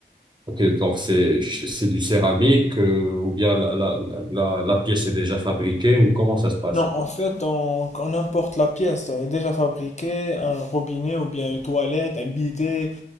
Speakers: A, on the right (about 25°); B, on the left (about 40°).
A: Ok, donc c'est c'est du céramique, euh, ou bien la, la, la, la pièce est déjà fabriquée, ou comment ça se passe?
B: Non, en fait, on, on importe la pièce. Elle est déjà fabriquée, un robinet ou bien une toilette, un bidet,